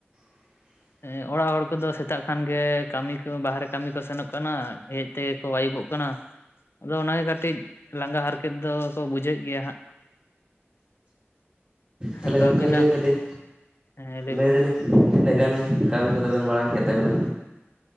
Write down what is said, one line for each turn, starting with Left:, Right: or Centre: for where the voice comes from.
Right: <unintelligible>
Left: ᱦᱮᱸ ᱚᱲᱟᱜ ᱦᱚᱲ ᱠᱚᱫᱚ ᱥᱮᱛᱟᱜ ᱠᱷᱟᱱ ᱜᱮ ᱠᱟᱹᱢᱤ ᱠᱚ ᱵᱟᱦᱨᱮ ᱠᱟᱹᱢᱤ ᱠᱚ ᱥᱮᱱᱚᱜ ᱠᱟᱱᱟ ᱦᱮᱡ ᱛᱮᱜᱮ ᱠᱚ ᱟᱹᱭᱩᱵᱚᱜ ᱠᱟᱱᱟ ᱟᱫᱚ ᱚᱱᱟᱜᱮ ᱠᱟᱹᱴᱤᱡ ᱞᱟᱸᱜᱟ ᱦᱟᱨᱠᱮᱛ ᱫᱚ ᱠᱚ ᱵᱩᱡᱷᱟᱹᱣᱮᱫ ᱜᱮᱭᱟ ᱦᱟᱸᱜ᱾
Right: ᱛᱟᱞᱦᱮ
Left: ᱟᱫᱚ
Right: ᱜᱚᱝᱠᱮ
Left: ᱟᱹᱵᱤᱱᱟᱜ
Right: ᱞᱟᱹᱭ ᱫᱟᱞᱤᱧ,
Left: ᱦᱮᱸ
Right: ᱞᱟᱹᱭ
Left: ᱵᱤᱱ
Right: ᱫᱟᱞᱤᱧ ᱛᱤᱱᱟᱹᱜ ᱜᱟᱱ ᱠᱟᱹᱢᱤ ᱠᱚᱫᱚᱵᱮᱱ ᱢᱟᱲᱟᱝ ᱠᱮᱫ ᱛᱟᱵᱮᱱᱟ?